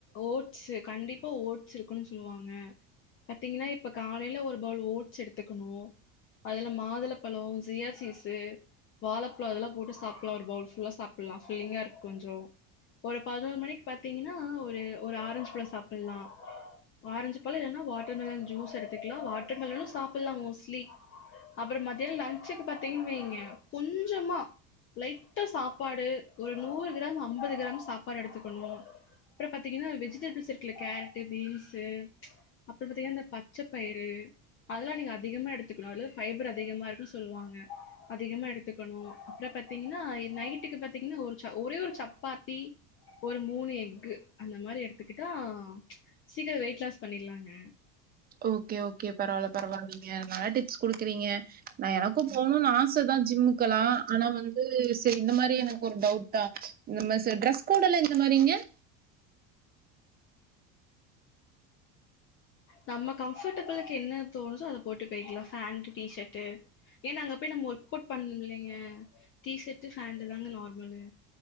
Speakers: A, on the left; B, on the right.
A: ஓட்ஸு கண்டிப்பா ஓட்ஸ் இருக்குன் சொல்லுவாங்க பாத்தீங்கனா இப்ப காலையில ஒரு பவுல் ஓட்ஸ் எடுத்துக்கணு அதுல மாதுளப்பழ ஜியாசீசு வாழப்பழ அதெல்லா போட்டு சாப் சாப்புலா ஒரு பவுல் ஃபுல்லா சாப்லா ஃபில்லிங்கா இருக்கு கொஞ்ச ஒரு பதினொரு மணிக்கு பாத்தீங்கனா ஒரு ஒரு ஆரஞ்சுபழ சாப்பில்லா ஆரஞ்சு பழ இல்லனா வாட்டர் மெலன் ஜூஸ் எடுத்துக்கலா வாட்டர் மெலனு சாப்பில்லா மோஸ்லி அப்புற மத்தியான லஞ்சுக்கு பாத்தீங்கன் வைங்க கொஞ்சமா லைட்டா சாப்பாடு ஒரு நூறு கிராம் ஐம்பது கிராம் சாப்பாடு எடுத்துக்கணு அப்புற பாத்தீங்கன்னா வெஜிடபிள்ஸ் இருக்குல்ல கேரட்டு பீன்ஸு அப்புற பாத்தீங்கனா இந்த பச்ச பயிறு அதெல்லா நீங்க அதிகமா எடுத்துக்கணு அதுலதா ஃபைபர் அதிகமா இருக்குன் சொல்லுவாங்க அதிகமா எடுத்துக்கணு அப்புற பாத் தீங்னா நைட்டுக்கு பாத்தீங்னா ஒரு ச ஒரே ஒரு சப்பாத்தி ஒரு மூணு எஃகு அந்த மாரி எடுத்துக்கிட்டா சீக்கிர வெயிட் லாஸ் பண்ணிலாங்க
B: ஓகே ஓகே பரவால பரவால்லங்க நல்ல டிப்ஸ் குடுக்குறீங்க நா எனக்கு போணுனு ஆசதா ஜிம்முக்கெல்லா ஆனா வந்து சரி இந்த மாரி எனக்கு ஒரு டவுட்டா இந்த மாரி சரி ட்ரெஸ் கோடல்லா எந்த மாரிங்க
A: நம்ம கம்ஃபர்டபிலுக்கு என்ன தோணுதோ அத போட்டு போயிக்கலா ஃபேண்ட் டீஷட்டு ஏன்னா அங்க போய் நம்ம ஒர்க் அவுட் பண்ணும்லலைங்க டீஷர்ட் பேண்டட் தாங்க நார்மலு